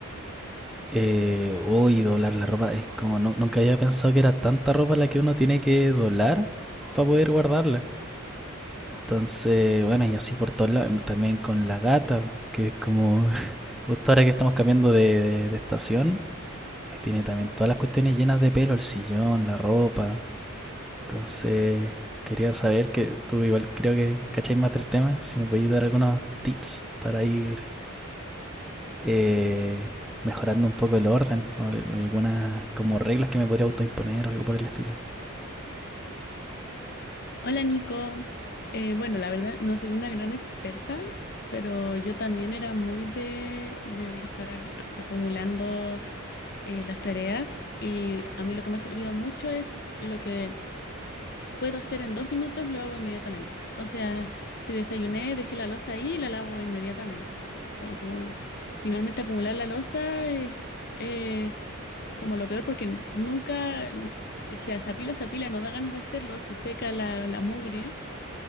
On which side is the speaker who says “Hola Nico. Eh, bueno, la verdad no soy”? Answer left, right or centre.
Left